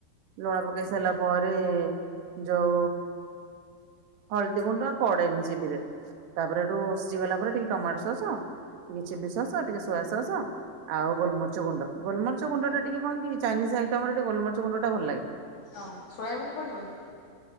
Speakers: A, on the right (about 75°); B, on the left (about 60°).
A: ଲୁଣ ପକେଇ ସାରିଲା ପରେ ଯଉ ହଳଦୀ ଗୁଣ୍ଡ ପଡେନି ସେ ଚିଲିରେ। ତାପରେ ହେଠୁ ଷିଝି ଗଲା ପରେ ଟିକେ ଟମାଟୋ ସସ ଟିକେ ଚିଲି ସସ ଟିକେ ସୋୟା ସସ ଆଉ ଗୋଲମର୍ଚ ଗୁଣ୍ଡ ଗୋଲମର୍ଚ ଗୁଣ୍ଡ ଟା ଟିକେ କଣ କି ଚାଇନିଜ ଆଇଟମ ଟିକେ ଗୋଲମରିଚଗୁଣ୍ଡ ଟା ଭଲ ଲାଗେ।
B: ହଁ ସୋୟାବିନ ପଡିବନି।